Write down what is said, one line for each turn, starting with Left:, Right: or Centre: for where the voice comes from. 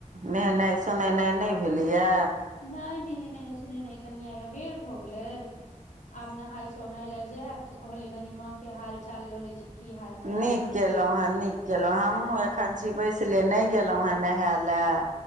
Right: नहेनाइ सोनेनाइ नहि भेलैए।
Left: नै नहेनाइ, सुनेनाइ कने आइ अबेर भ गेलै आब नहाय सोनाय ले जैब त कहलियै कनि माँ के हाल चाल ल लै छी। की हाल चाल
Right: नीक
Left: छै
Right: केलहुँ हे नीक केलहुँँ, हमहूँ एखैन छी बैसले नहि गेलहुँ हैं नहाय ले